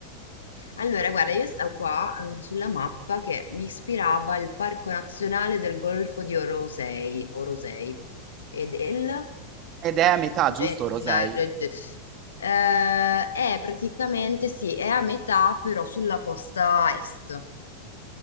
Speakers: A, on the left; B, on the right.
A: Allora, guarda, io stavo qua eh, sulla mappa che mi ispirava il Parco Nazionale del Golfo di Orosei, Orosei e del
B: Ed è a metà,
A: Gennaro.
B: giusto, Rosei?
A: Ge- Eh, è praticamente, sì, è a metà però sulla costa est.